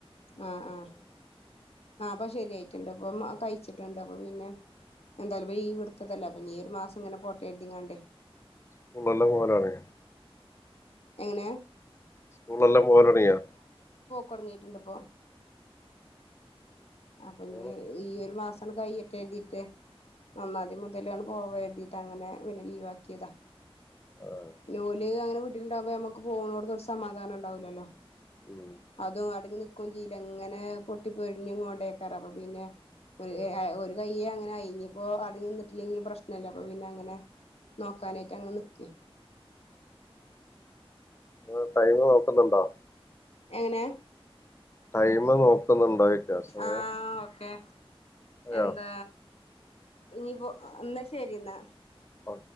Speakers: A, on the left; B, on the left.
A: ആ ആഹ് ആ അപ്പൊ ശരിയായിട്ടുണ്ട് അപ്പൊ കഴിച്ചിട്ടുണ്ട് അപ്പൊ പിന്നെ എന്തായാലും ഈ ലീവെടുത്തതല്ല അപ്പൊ ഈ ഒരു മാസം ഇങ്ങനെ പോട്ട കരുതിങ്ങാണ്ടേ
B: സ്കൂളൊള്ള മോനാണ്
A: എങ്ങനെ
B: സ്കൂളിളെല്ലാം പോകാൻ തുടങ്ങിയോ
A: തൊടങ്ങിയിട്ടുണ്ട് ഇപ്പോ അപ്പൊ ഇനി
B: ആഹ്
A: ഇ ഈ ഒരു മാസം കഴിയട്ടെ എന്നിട്ട് ഒന്നാം തിയതി മുതലാണ് പോവാ എഴുതിട്ടങ്ങനെ പിന്നെ ലീവാക്കിയതാ
B: ആഹ്
A: ഓല് അങ്ങനെ വീട്ടിലുണ്ടാവുമ്പോ നമുക്ക് പോകണോടത്ത് ഒരു സമാധാനം ഉണ്ടാവില്ലല്ലോ
B: ഉം
A: അതും അടങ്ങി നിക്കവും ചെയീല അങ്ങനെ പൊട്ടി പൊരിഞ്ഞും കൊണ്ടേക്കാരും അപ്പൊ പിന്നെ ഒരു
B: ആഹ്
A: ഒരു കയ്യ് അ ആ ഇനിയിപ്പോ അധികം നിന്നിട്ടില്ലങ്കിലും പ്രശ്‌നമില്ല അപ്പൊ പിന്നെ അങ്ങനെ നോക്കാനായിട്ട് അങ്ങനെ നിക്കെയാ
B: ഉം ടൈമ് നോക്കുന്നുണ്ടോ
A: എങ്ങനെ
B: ടൈമ് നോക്കുന്നുണ്ടോ <unintelligible> സമയം
A: ആഹ് ഓക്കെ
B: ആയോ
A: എന്താ ഇനിപ്പോ എന്നാ ശരിന്നാ
B: ഓ